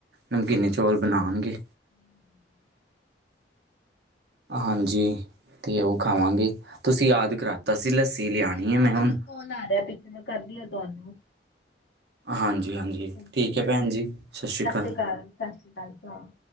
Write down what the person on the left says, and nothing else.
ਹੂੰ।
ਠੀਕ
ਹੈ
ਭਰਾ
ਠੀਕ ਭਰਾ
ਮੈਨੂੰ
ਕੋਲ ਆ ਰਿਹਾ ਮੈਂ ਕਰਦੀ ਆ ਤੁਆਨੂੰ
ਹਾਂਜੀ-ਹਾਂਜੀ
ਠੀਕ
ਏ
ਸਤਿ
ਸ੍ਰੀ ਕਾਲ-ਸਤਿ ਸ੍ਰੀ ਕਾਲ